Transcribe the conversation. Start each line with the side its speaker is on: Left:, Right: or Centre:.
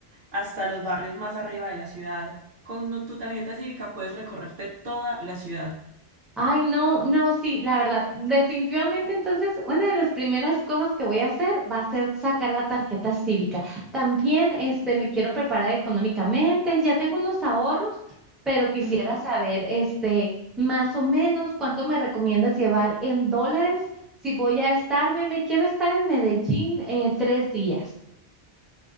Right: hasta los barrios más arriba de la ciudad. Con no- tu tarjeta cívica puedes recorrerte toda la ciudad.
Centre: Ay, no, no, sí, la verdad, definitivamente entonces una de las primeras cosas que voy a hacer va a ser sacar la tarjeta cívica. También este me quiero preparar económicamente, ya tengo unos ahorros, pero quisiera
Right: Ujú.
Centre: saber este más o menos cuánto me recomiendas llevar en dólares si voy a estarme, me quiero estar en Medellín eh, tres días.